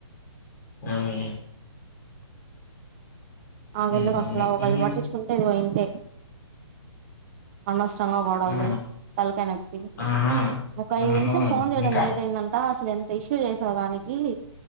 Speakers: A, on the left; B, on the right.
A: మమ్మీ
B: నాకు
A: ఉమ్
B: ఎందుకు అసలా ఒకళ్ళు
A: ఉమ్
B: బట్టిచ్చికుంటే ఇదిగో ఇంతే అనస్ గొడవలు
A: ఆ
B: తలకాయ నెప్పి
A: ఆహా
B: ఒక ఐదు
A: ఆహా
B: నిమిషాలు ఫోన్ చేయడం
A: ఇంకా
B: లేట్ అయిందంట అసలు ఎంత ఇష్యూ చేసావ్ దానికి